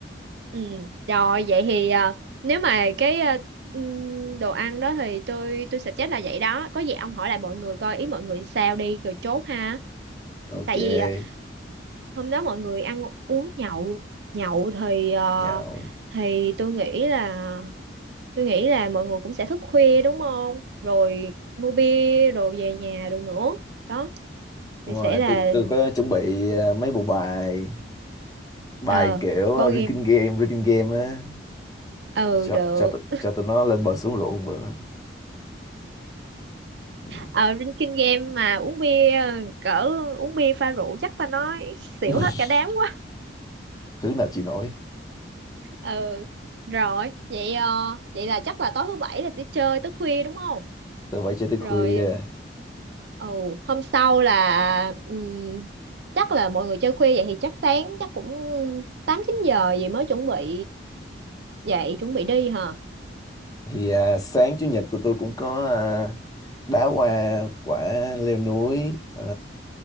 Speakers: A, on the right; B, on the left.
A: Ừ, rồi vậy thì à, nếu mà cái à, ừm, đồ ăn đó thì tôi tôi suggest là vậy đó. Có gì ông hỏi lại mọi người coi ý mọi người sao đi rồi chốt ha.
B: ok
A: Tại vì à, hôm đó mọi người ăn uống nhậu, nhậu thì à,
B: nhậu
A: thì tôi nghĩ là tôi nghĩ là mọi người cũng sẽ thức khuya đúng không? Rồi mua bia rồi về nhà rồi nữa. Đó
B: Đúng
A: thì
B: rồi
A: sẽ là
B: tôi tôi có chuẩn bị ờ, mấy bộ bài bài
A: ờ
B: kiểu
A: board
B: ờ, reading
A: game.
B: game reading game á
A: Ừ
B: cho
A: được.
B: cho tụi- cho tụi nó lên bờ xuống ruộng bữa Ừ.
A: ở trên kinh game mà uống bia ờ, cỡ uống bia pha rượu chắc ta nói xỉu
B: <laughs>
A: hết cả đám quá
B: thứ nào chịu nổi
A: <laughs> ừ rồi vậy ờ, vậy là chắc là tối thứ bảy là sẽ chơi tới khuya đúng không
B: tôi phải chơi tới khuya
A: rồi ừ hôm sau là ừm, chắc là mọi người chơi khuya vậy thì chắc sáng chắc cũng tám chín giờ vậy mới chuẩn bị dậy chuẩn bị đi hả
B: thì à, sáng chủ nhật tụi tôi cũng có à, đá hoa quả leo núi à,